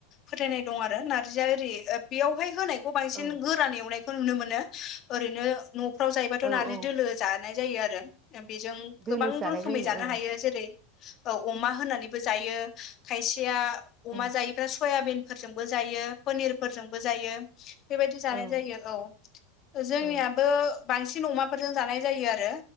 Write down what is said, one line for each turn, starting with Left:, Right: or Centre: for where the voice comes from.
Left: फोथायनाय दं आरो नारजि आरो ओरै बेयावहाय होनायखौ बांसिन
Right: औ
Left: गोरान एवनायखौ नुनो मोनो ओरैनो न'फोराव जायोबाथ'
Right: औ
Left: नारजि
Right: औ
Left: दोलो। जानाय जायो आरो बेजों
Right: दोलोसो
Left: गोबां
Right: जानाय
Left: रोखोमै
Right: जायो
Left: जानो
Right: औ
Left: हायो। जेरै अमा होनानैबो जायो खायसेया अमा
Right: उम
Left: जायि मफ्राय सयाबिनफोरजोंबो जायो पनिरफोरजोंबो जायो। बेबायदि जानाय
Right: औ
Left: जायो औ जोंनियाबो
Right: औ
Left: बांसिन अमाफोरजों जानाय जायो आरो।